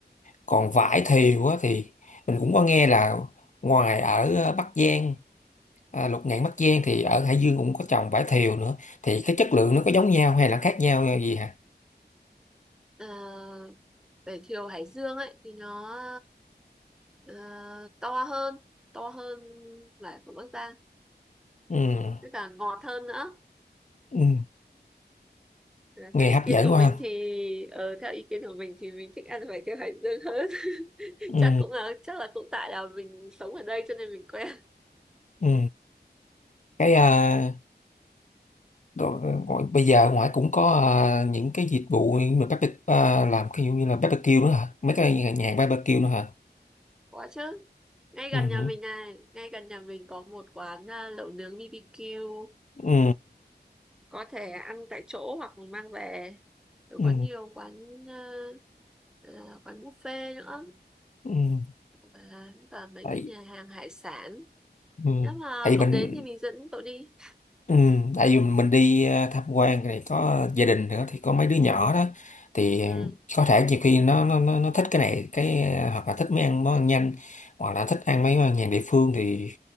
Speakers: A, on the left; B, in the centre.
A: còn vải thiều á thì mình cũng có nghe là ngoài ở Bắc Giang à, Lục Ngạn Bắc Giang thì ở Hải Dương cũng có trồng vải thiều nữa thì cái chất lượng nó có giống nhau hay là khác nhau gì hả
B: Ờ, vải thiều Hải Dương ấy thì nó ờ, to hơn to hơn vải của Bắc Giang
A: ừ.
B: với cả ngọt hơn nữa
A: ừ.
B: Là
A: nghe
B: theo ý
A: hấp
B: kiến
A: dẫn
B: của
A: quá
B: mình
A: ha
B: thì ờ, theo ý kiến của mình thì mình thích ăn vải thiều Hải Dương hơn <laughs>
A: ừ.
B: chắc cũng là chắc là cũng tại là mình sống ở đây cho nên mình quen
A: Ừ. cái à, đồ- gọi, bây giờ ngoài cũng có à, những cái dịch vụ như mà barbecue à, làm cái dụ như là barbecue nữa hả mấy cái nhà nhà barbecue nữa hả
B: có chứ ngay gần
A: ừ
B: nhà mình này ngay gần nhà mình có một quán à, lẩu nướng BBQ
A: ừ
B: có thể ăn tại chỗ hoặc mình mang về rồi
A: ừ
B: có nhiều quán à, à, quán buffet nữa
A: ừ ừ.
B: và, và mấy
A: tại
B: cái nhà hàng hải sản
A: ừ.
B: nếu mà
A: tại
B: cậu
A: mình
B: đến thì mình dẫn cậu đi
A: Ừ, tại vì mình đi ờ, tham quan này có gia đình nữa thì có mấy đứa nhỏ đó thì
B: ừ,
A: có thể nhiều khi nó nó nó, nó thích cái này cái ờ, hoặc là thích mấy ăn món ăn nhanh hoặc là thích ăn mấy món ăn nhà địa phương thì